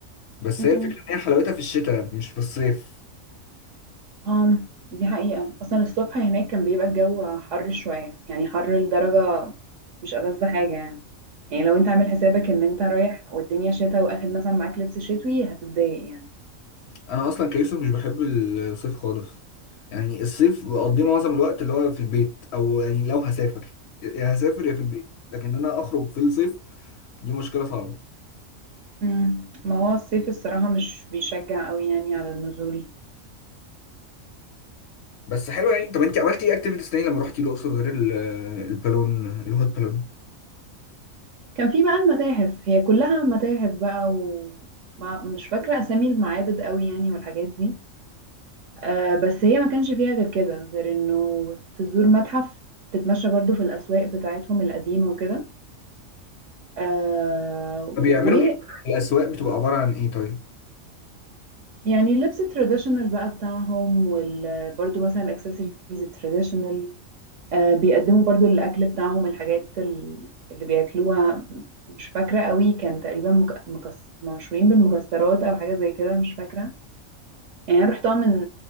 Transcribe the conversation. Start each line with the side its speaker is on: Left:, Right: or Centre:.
Left: بس
Right: أمم.
Left: هي الفكره ان هي حلاوتها في الشتاء مش في الصيف
Right: اه دي حقيقة اصلا الصبح هناك كان بيبقى الجو حر شوية يعني حر لدرجة مش ألذ حاجة يعني يعني لو انت عامل حسابك ان انت رايح والدنيا شتا واخد مثلا معاك لبس شتوي هتتضايق يعني
Left: انا اصلا كيوسف مش بحب الصيف خالص يعني الصيف بقضيه معظم الوقت اللي هو في البيت او يعني لو هسافر يا هسافر يا في البيت لكن إن انا اخرج في الصيف دي مشكله صعبه
Right: مم. ما هو الصيف الصراحة مش بيشجع قوي يعني على النزول
Left: بس حلو يعني طب انت عملتي ايه اكتيفيتيز تاني لما رحتي الاقصر غير ال- البالون الهوت بالون
Right: كان في بقى المتاحف هي كلها متاحف بقى ومش فاكرة أسامي المعابد قوي يعني والحاجات دي آه بس هي ما كانش فيها غير كده غير إنه تزور متحف تتمشى برضو في الأسواق بتاعتهم القديمة وكده آه
Left: طب
Right: ويعني
Left: بيعملوا ايه الاسواق بتبقى عباره عن ايه طيب
Right: اللبس التراديشنال بقى بتاعهم وبرضو مثلا الأكسسوارز التراديشنال آه، بيقدموا برضو الأكل بتاعهم الحاجات ال- اللي بياكلوها مش فاكرة قوي كان تقريبا مك- مكس... مشهورين بالمكسرات أو حاجة زي كده مش فاكرة يعني أنا رحتها من